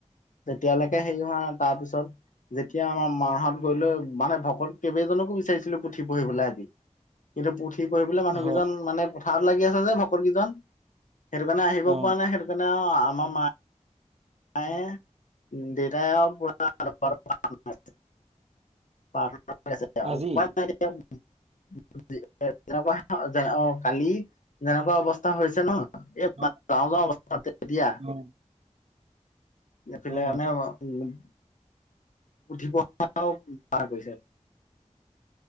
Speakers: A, on the left (about 80°); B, on the right (about 55°).
A: তেতিয়ালৈকে হেই হোৱা তাৰপিছত যেতিয়া আমাৰ মাহঁত গৈ লৈ মানে ভকত কেইবেজনকো বিচাৰিছিলো পুথি পঢ়িবলৈ আজি। কিন্তু পুথি পঢ়িবলে মানুহ
B: হয়
A: কেইজন মানে ভাৰ লাগি আছে যে ভকত কেইজন। সেইটো কাৰণে আহিব
B: অ
A: পৰা নাই, সেইটো কাৰণে আমাৰ মা আই দেতাই আও <unintelligible> <unintelligible>
B: আজি
A: উপায় নাই এতিয়া। <unintelligible> অ কালি যেনেকুৱা অৱস্থা হৈছে ন। এ <unintelligible>
B: অ
A: যাওঁ যাওঁ অৱস্থা তেতিয়া।
B: অ
A: এইফালে
B: অ
A: আনে আকৌ, উম। উঠিও পৰাও পাৰ কৰিছে।